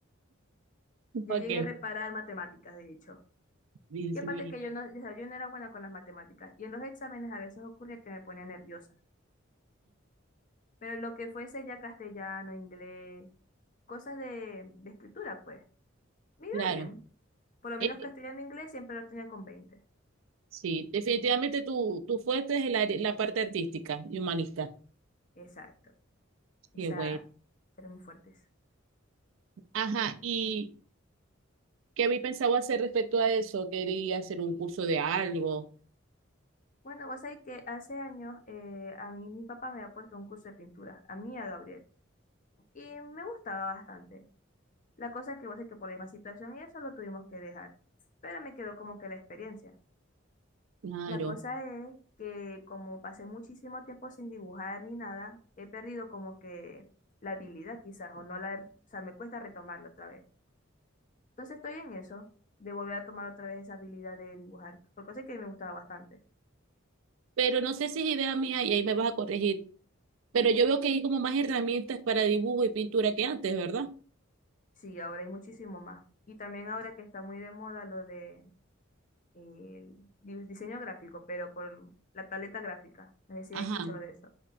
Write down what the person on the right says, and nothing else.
<laughs>
¿Para
qué?
Dios
mío.
Claro.
Eh,
sí, definitivamente tu, tu fuerte es la, la parte artística y humanista.
Qué bueno.
Ajá, ¿y qué habéis pensado hacer respecto a eso? Quería hacer un curso de algo,
claro.
Pero no sé si es idea mía y ahí me vas a corregir. Pero yo veo que hay como más herramientas para dibujo y pintura que antes, ¿verdad?
Ajá,